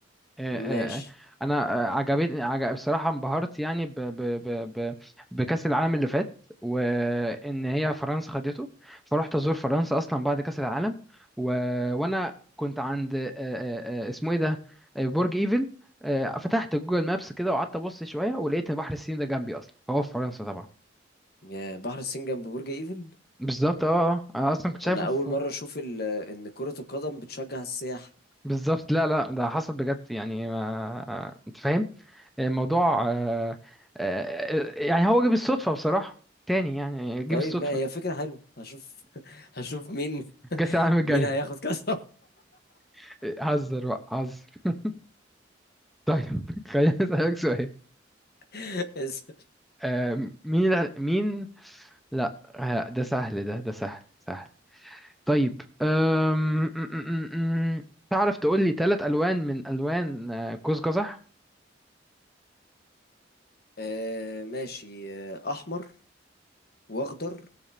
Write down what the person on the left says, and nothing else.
ماشي
يا بحر الصين جنب برج ايفل
انا اول
مره اشوف ال- ان كره القدم بتشجع السياح
طيب
ما هي فكره حلوه هشوف <laughs> هشوف مين
<laughs>
مين هياخد كاس
<laughs> اس-
آه ماشي آه، احمر واخضر